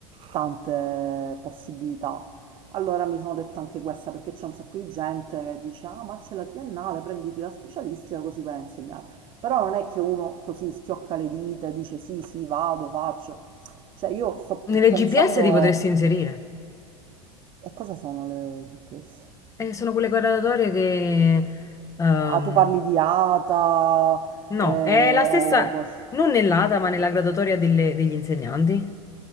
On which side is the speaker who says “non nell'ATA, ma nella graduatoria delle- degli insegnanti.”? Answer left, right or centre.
Left